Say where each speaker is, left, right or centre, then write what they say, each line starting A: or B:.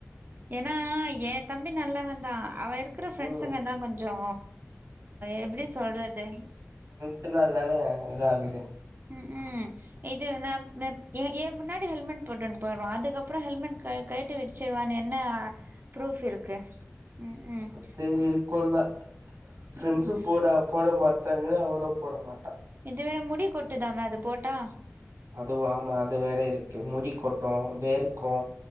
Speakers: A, on the right; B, on the right.
A: ஏன்னா என் தம்பி நல்லவந்தா அவ இரு இருக்கற ஃப்ரெண்ட்ஸுங்க
B: ம்
A: தா கொஞ்சோ எப்டி சொல்றது
B: சின்னால் தான இது ஆகுது
A: ம் ம் இது நா ஏ முன்னாடி ஹெல்மெட் போட்டுனு போய்டுவா அதுக்கப்புறோ ஹெல்மெட் கழுட் கழட்டி வச்சிருவான்னு என்ன ப்ரூஃப் இருக்கு ம் ம்
B: மத்த
A: அ
B: இருக்கூ தா ஃபிரெண்ட்ஸ்
A: ம் ம்.
B: போடா போட மாட்டாங்கன்னு அவனும் போட மாட்டா
A: இதுவேற முடி கொட்டுதாமே அது போட்டா
B: அதுவு ஆமா அது வேற இருக்கு முடி கொட்டு வேருக் கு